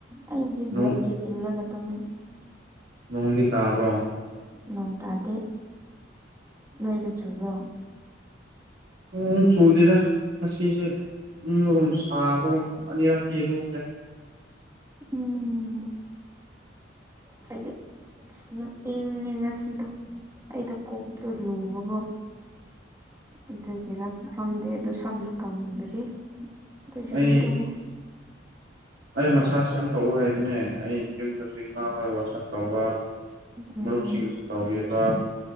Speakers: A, on the right; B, on the right.
A: ꯑꯩ ꯍꯧꯖꯤꯛ
B: ꯅꯣꯡ
A: ꯕꯂꯥꯟꯀꯦꯠ ꯏꯟꯂꯒ ꯇꯨꯝꯃꯦ
B: ꯅꯣꯡꯗꯤ ꯇꯥꯕ꯭ꯔꯣ
A: ꯅꯣꯡ ꯇꯥꯗꯦ ꯅꯣꯏꯗ ꯆꯨꯕ꯭ꯔꯣ
B: ꯅꯣꯡ ꯆꯨꯗꯦꯗ ꯉꯥꯁꯤꯁꯦ ꯏꯪꯕꯒꯨꯝ ꯁꯥꯕꯒꯨꯝ ꯑꯅꯤꯔꯛꯇꯤ ꯏꯔꯨꯈꯔꯦ
A: ꯎꯝ ꯍꯥꯏꯗꯤ ꯁꯨꯃꯥꯏ ꯏꯪꯉꯦ ꯉꯁꯤꯗꯣ ꯑꯩꯗꯣ ꯀꯣꯛꯇꯣ ꯂꯨꯕꯀꯣ ꯑꯗꯨꯒꯤꯔ ꯈꯪꯗꯦ ꯑꯗꯨ ꯁꯝꯁꯨ ꯀꯪꯗꯔꯤ ꯑꯗꯨꯏꯁꯨ
B: ꯑꯩ
A: ꯑꯗꯨꯝ ꯇꯨꯝ
B: ꯑꯩ ꯃꯁꯥꯥꯁ ꯌꯥꯝ ꯇꯧꯕ ꯍꯩꯕꯅꯦ ꯑꯩ ꯌꯨꯝꯗꯁꯨ ꯏꯃꯥ ꯍꯣꯏ ꯃꯥꯁꯥꯁ ꯇꯧꯕ
A: ꯎꯝ
B: ꯃꯔꯨꯞꯁꯤꯡꯁꯨ ꯇꯧꯕꯤꯕ